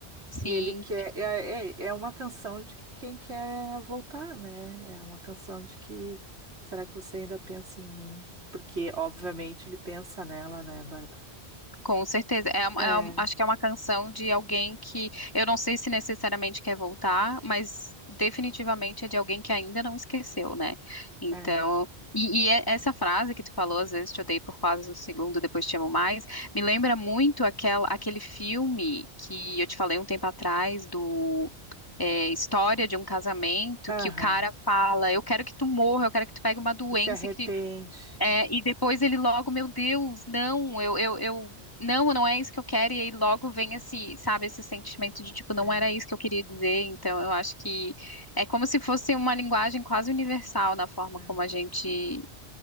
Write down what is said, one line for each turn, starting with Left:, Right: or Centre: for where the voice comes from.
Left: Sim.
Right: E ele quer. É, é, é uma canção de que quem quer voltar, né? É uma canção de que. Será que você ainda pensa em mim? Porque, obviamente, ele pensa nela, né, Bárbara?
Left: Com certeza. É, uma-
Right: É,
Left: é uma- acho que é uma canção de alguém que eu não sei se necessariamente quer voltar, mas definitivamente é de alguém que ainda não esqueceu, né? Então,
Right: é.
Left: e, e é- essa frase que tu falou, às vezes te odeio por quase um segundo, depois te amo mais, me lembra muito aquela, aquele filme que eu te falei um tempo atrás do. é, história de um casamento
Right: Aham.
Left: que o cara fala, eu quero que tu morra, eu quero que tu pegue uma doença
Right: E se arrepende.
Left: e que é, e depois ele logo, meu Deus, não, eu, eu, eu, não, não é isso que eu quero. E aí logo vem esse, sabe, esse sentimento de tipo, não
Right: É,
Left: era isso que eu queria dizer. Então eu acho que é como se fosse uma linguagem quase universal na forma
Right: é.
Left: como a gente